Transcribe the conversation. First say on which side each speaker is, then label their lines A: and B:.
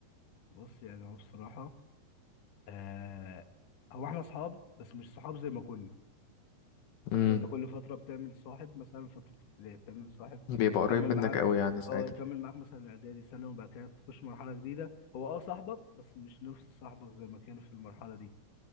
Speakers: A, on the left; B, on the left.
A: بص يعني هو بصراحة آه هو احنا اصحاب بس مش صحاب زي ما كنا
B: امم
A: يعني مثلا انت كل فترة بتعمل صاحب مثلا فترة ابتدائي بتعمل صاحب
B: بيبقى قريب
A: يكمل معاك
B: منك قوي يعني ساعتها
A: اه يكمل معاك مثلا اعدادي سنة وبعد كده تخش مرحلة جديدة هو اه صاحبك بس مش نفس صاحبك زي ما كان في المرحلة دي